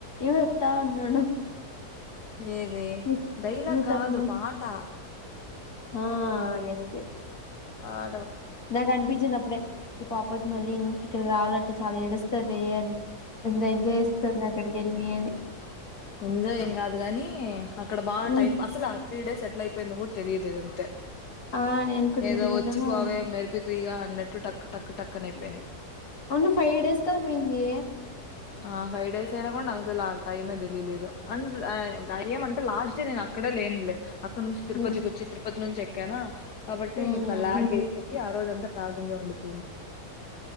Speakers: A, on the left; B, on the left.
A: ఏవో చెప్తావు ఉన్నాడు
B: ఏదే
A: మీ
B: డైలాగ్
A: మీ
B: కాదు
A: తమ్ముడు
B: పాట
A: ఆ ఎస్ ఎస్
B: ఆ
A: నాకు అనిపించింది అప్పుడే ఈ పాపకి మళ్ళీ ఇక్కడకి రావాలంటే చాలా ఏడుస్తంది అని ఎంత ఎంజాయ్ ఇస్తుంది అక్కడికి వెళ్ళి అని
B: ఎంజాయీ ఏం కాదు గానీ అక్కడ బాగా
A: హ్మ్.
B: టైం అసలు ఆ త్రీ డేస్ సెటిల్ అయిపోయింది కూడా తెలియదు ఏదంతే
A: ఆ నేను కూడా
B: ఏదో
A: ఇంటికెళ్ళాను
B: వచ్చి పోవే మెరిపి తీగా అన్నట్టు టక్ టక్ టక్న అయిపోయినాయి
A: అవును ఫైవ్ డేస్ కదా పోయింది
B: హా ఫైవ్ డేస్ అయినా కూడా నాకు అసలు ఆ టైమే తెలిలీయలేదు అండ్ ఏమంటే లాస్ట్ డే నేను అక్కడే లేనులే ఇక్క నుంచి తిరుపతికి
A: హ్మ్
B: వచ్చి తిరుపతి నుంచి కనా కాబట్టి
A: హ్మ్
B: ఇంకా లాంగ్ ఆ రోజు అంతా ట్రావలింగే ఉండిపోయింది